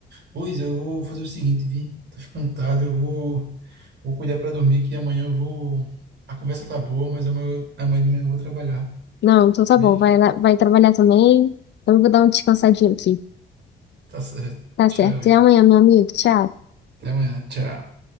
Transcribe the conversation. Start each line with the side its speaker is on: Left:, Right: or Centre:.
Right: Pois eu vou fazer o seguinte, vi, tá ficando tarde, eu vou, vou cuidar para dormir que amanhã eu vou. A conversa tá boa, mas amanhã, amanhã de manhã eu vou trabalhar,
Left: Não, então tá
Right: vi?
Left: bom. Vai lá, vai trabalhar também. Então Eu vou dar um descansadinho aqui.
Right: Tá certo.
Left: Tá
Right: Tchau,
Left: certo. Até
Right: Isa.
Left: amanhã, meu amigo. Tchau.
Right: Até amanhã. Tchau.